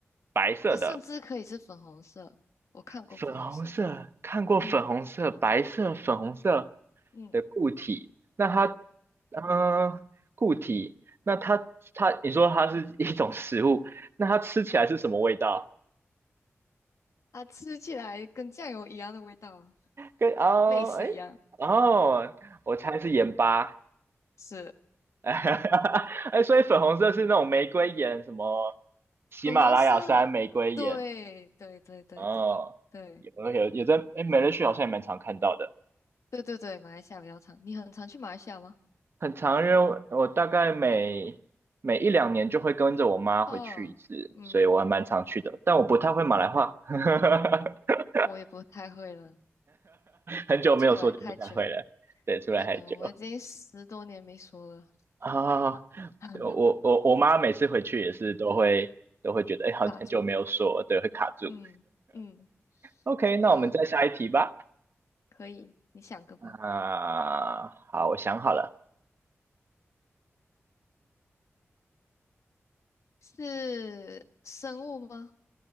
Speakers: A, on the right (about 50°); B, on the left (about 80°).
A: 白色的。
B: 它甚至可以是粉红色，我看过粉红色的。
A: 粉红色，看过粉红色、
B: 嗯
A: 白色、粉红色
B: 嗯。
A: 的固体，那它，嗯、固体，那它它，你说它是一种食物，那它吃起来是什么味道？
B: 它吃起来跟酱油一样的味道，
A: 跟哦，
B: 类似一样，
A: 哎，哦，我猜是盐巴，
B: 是
A: <laughs> 哎，所以粉红色是那种玫瑰盐，什么喜马拉雅山玫瑰盐，
B: 粉红色。对对对对对对
A: 哦，有有有在，哎，美乐趣好像也蛮常看到的。
B: 对对对，马来西亚比较长，你很常去马来西亚吗？
A: 很常，因为我大概每每一两年就会跟着我妈回去一次，
B: 哦，嗯，
A: 所以我还蛮常去的。但我不太会马来话，<laughs>
B: 我也不太会了，
A: 很久没有说就不太会了。
B: 出来太久，
A: 对，出来太久
B: 真的，我已经十多年没说了，
A: 啊，
B: <laughs>
A: 对我我我妈每次回去也是都会都会觉得，哎，好很久没有说了，
B: 卡住。
A: 对，会卡住。
B: <laughs> 嗯嗯，
A: OK，
B: 好，
A: 那我们再下一题吧。
B: 可以，你想个吧。
A: 啊，好，我想好了，
B: 是生物吗？